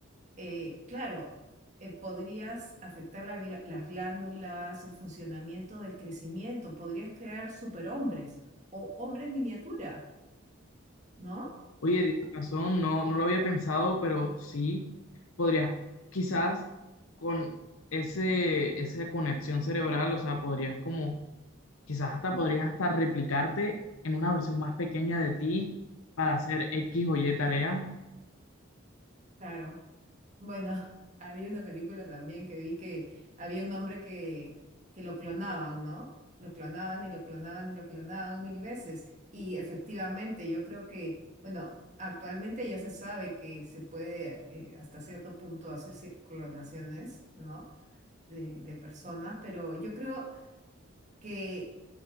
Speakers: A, on the right; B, on the left.
A: eh, claro, eh, podrías afectar la gla- las glándulas, el funcionamiento del crecimiento, podrías crear superhombres o hombres miniatura, ¿no?
B: Oye, tienes razón, no, no lo había pensado, pero sí, podrías quizás con ese, esa conexión cerebral, o sea, podrías como, quizás hasta podrías hasta replicarte en una versión más pequeña de ti para hacer X o Y tarea.
A: Claro. Bueno, <laughs> había una película también que vi que había un hombre que, que lo clonaban, ¿no? Lo clonaban y lo clonaban y lo clonaban mil veces. Y efectivamente, yo creo que, bueno, actualmente ya se sabe que se puede eh, hasta cierto punto hacer ci- clonaciones, ¿no? de, de personas, pero yo creo que,